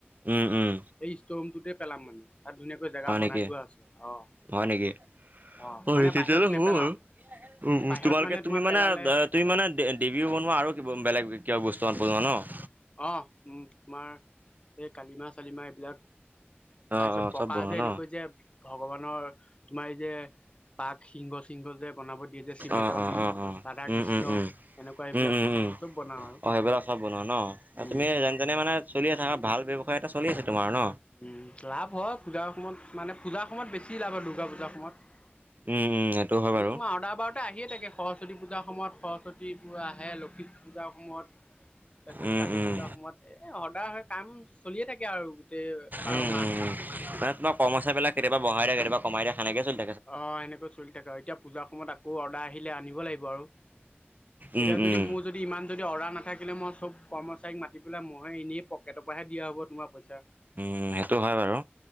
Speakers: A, on the right; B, on the left.
A: উম, উম,
B: সেই ষ্টমটোতে পেলাম মানে তাত ধুনীয়াকৈ জেগা
A: হয়
B: বনাই
A: নেকি
B: থোৱা আছে। অৱ
A: হয় নেকি?
B: অৱ
A: অ
B: মানে
A: তেতিয়াহ'লে
B: বাহিৰত নেপেলাও
A: হ'ব বাৰু উম উম
B: বাহিৰত
A: তোমালোকে তুমি
B: তোমাৰ
A: মানে
B: পেলালে
A: তুমি মানে দেবী বনোৱা আৰু কিবা বেলেগ কিবা বস্তু <unintelligible>
B: অ উম তোমাৰ এই কালিমা চালিমাহ এইবিলাক
A: অ
B: তাৰপিছত
A: অ
B: পকা
A: চব বনোৱা
B: যে
A: ন
B: এনেকৈ যে ভগৱানৰ তোমাৰ এই যে বাঘ সিংহ সিংহ যে বনাব দিয়ে যে চিমেটৰ
A: অ অ
B: দি
A: অ অ
B: ৰাধা
A: উম
B: কৃষ্ণ
A: উম উম
B: এনেকুৱা এইবিলাক
A: উম উম উম
B: চব বনাওঁ আৰু
A: অ চব বনোৱা ন
B: উম
A: তুমি যেন তেনে মানে চলি আ থাককা ভাল ব্যৱসায় এটা চলি আছে তোমাৰ ন
B: উম লাভ হয় পূজাৰ সময়ত মানে পূজা সময়ত বেছি লাভ আৰু দুৰ্গা পূজাৰ সময়ত
A: উম উম সেইটো হয়
B: এনেই
A: বাৰু
B: তোমাৰ অৰ্ডাৰ বাৰতে আহিয়ে তাকে সৰস্বতী পূজাৰ সময়ত সৰস্বতী বোৰ আহে লক্ষী পূজাৰ সময়ত তাৰপিছত
A: উম
B: কালী
A: উম
B: পূজাৰ সময়ত এই সদায় কাম চলিয়ে থাকে। আৰু গোটেই বাৰ
A: উম
B: মাহ।
A: উম মানে তোমাৰ কৰ্মচাৰি বিলাক কেতিয়াবা বঢ়াই দিয়া কেতিয়াবা কমাই দিয়া সেনেকে চ
B: অ সেনেকৈ চলি থাকে আৰু এতিয়া পূজাৰ সময়ত আকৌ অৰ্ডাৰ আহিলে আনিব লাগিব আৰু এতিয়া
A: উম
B: যদি
A: উম
B: মোৰ যদি ইমান যদি অৰ্ডাৰ নাথাকে। থাকিলে মই চব কৰ্মচাৰীক মাতি পেলাই মইে এনেই পকেটৰ পৰাহ দিয়া হ'ব তোমাৰ পইচা।
A: উম সেইটো হয় বাৰু,